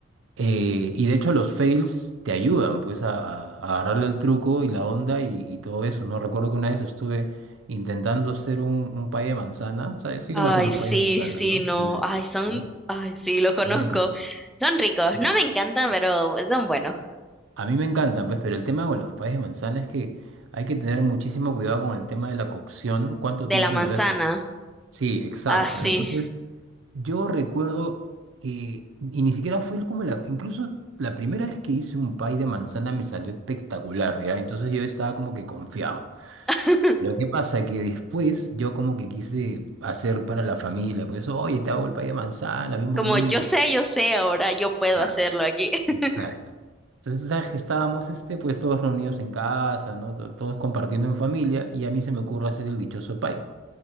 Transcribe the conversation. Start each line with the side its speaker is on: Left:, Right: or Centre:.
Right: Eh, y de hecho los fails te ayudan pues a, a- a agarrarle el truco y la onda y, y todo eso, ¿no? Recuerdo que una vez estuve intentando hacer un, un pay de manzana, ¿sabes? Sí
Centre: Ay,
Right: conoces los
Centre: sí,
Right: payes de manzana,
Centre: sí,
Right: ¿no?
Centre: no.
Right: Son deliciosos,
Centre: Ay, son.
Right: ¿no?
Centre: Ay, sí, lo conozco.
Right: A mí me encantan.
Centre: Son ricos. No
Right: Sí.
Centre: me encantan, pero son buenos.
Right: A mí me encantan, pues, pero el tema con los payes de manzana es que hay que tener muchísimo cuidado con el tema de la cocción, cuánto
Centre: De
Right: tiempo
Centre: la manzana.
Right: lo dejas. Sí, exacto.
Centre: Ah, sí.
Right: Entonces... Yo recuerdo que, y ni siquiera fue como la, incluso la primera vez que hice un pie de manzana me salió espectacular, ¿ya? Entonces yo estaba como que confiado.
Centre: <laughs>
Right: Pero ¿qué pasa? Que después yo como que quise hacer para la familia, pues, oye, te hago el pie de manzana, bien bonito.
Centre: Como yo sé, yo sé, ahora yo puedo
Right: Ah,
Centre: hacerlo aquí. <laughs>
Right: exacto. Entonces, ¿sabes que estábamos, este, pues, todos reunidos en casa, ¿no? To- Todos compartiendo en familia, y a mí se me ocurre hacer el dichoso pie.